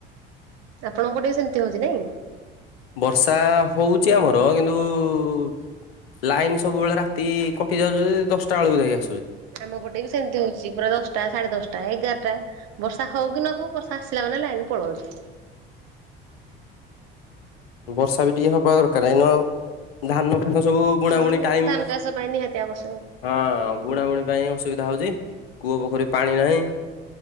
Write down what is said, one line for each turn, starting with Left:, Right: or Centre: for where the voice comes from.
Right: ଆପଣଙ୍କ ପ ଟେ ସେମତି ହଉଛି ନାଇଁ
Left: ବର୍ଷା ହଉଛି ଆମର କିନ୍ତୁ କିନ୍ତୁ ଲାଇନ୍ ସବୁବେଳେ ରାତି କଟି ଯାଉ ଦଶଟା ବେଳକୁ ଯାଇିକି
Right: ଆମ ପଟେ ବି ସେମିତି ହଉଛି ପୁରା ଦଶଟା ସାଢେ ଦଶଟା ଏଗାରଟା ବର୍ଷା ହଉ କି ନହଉ। ସ ବସା ଆସିଲା ମାନେ ଲାଇନ ପଳାଉଛି
Left: ହୁଁ ବର୍ଷା ବି ଟିକେ ହବା ଦରକାର ଏଇନୁ ଆଉ ଧାନ <unintelligible> ସବୁ ବୁଣା
Right: ହଁ
Left: ବୁଣି ଟାଇମ
Right: ଧାନ ଚାଷ ପାଇଁ ନିହାତି ଆବଶ୍ୟକ।
Left: ହଁ ବୁଣା ବୁଣି ପାଇଁ ଅସୁବିଧା ହଉଛି କୂଅ ପୋଖରୀ ପାଣି ନାହିଁ।